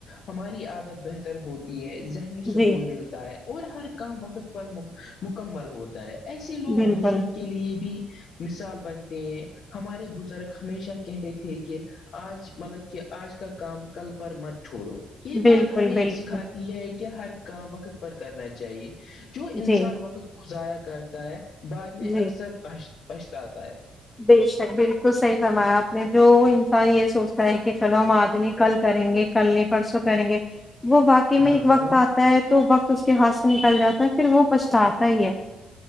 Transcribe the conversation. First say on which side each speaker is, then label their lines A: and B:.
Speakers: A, on the left (about 55°); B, on the left (about 15°).
A: ہماری عادت بہتر ہوتی ہے ذہنی سکون
B: جی
A: ملتا ہے اور ہر کام وقت پر مو مکمل ہوتا ہے ایسے لوگ
B: بالکل
A: دوسروں کے لیے بھی مثال بنتے ہیں ہمارے بزرگ ہمیشہ کہتے تھے کے آج مطلب کی آج کا کام کل پر مت چھوڑو یہ بات
B: بالکل
A: ہمیں
B: بالکل
A: سکھاتی تی ہے کہ ہر کام وقت پر کرنا چاہیے جو انسان
B: جی
A: وقت کو ضائع کرتا ہے بعد میں
B: جی
A: اکثر پچھتا تا
B: بے شک بالکل صحیح فرمایا آپ نے جو انسان یے سوچتا ہے کی چلو ہم آج نئی کل کریں گے کل نہیں پرسوں کریں گے وہ واقع
A: ہاں
B: میں ایک
A: ہاں
B: وقت آتا ہے تو وقت تو اس کے ہاتھ سے نکل جاتا ہے پھر وہ پچھتاتا ہی ہے